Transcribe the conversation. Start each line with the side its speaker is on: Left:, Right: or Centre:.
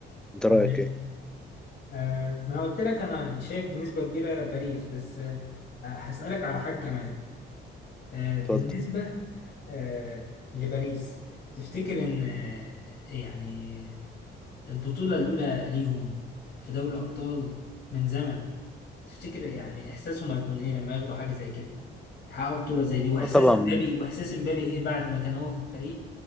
Centre: انت
Left: تمام
Centre: رايك ايه؟
Left: آه انا قلت لك انا شايف بنسبة كبيرة باريس بس آه هسألك على حاجة كمان آه بالنسبة
Centre: اتفضل
Left: آه لباريس تفتكر ان آه، يعني البطولة الأولى ليهم في دوري الأبطال من زمن تفتكر يعني إحساسهم هيكون إيه لما ياخدوا حاجة زي كده يحققوا بطولة زي دي وإحساس
Centre: اه طبعا
Left: إمبابي وإحساس إمبابي إيه بعد ما كان هو في الفريق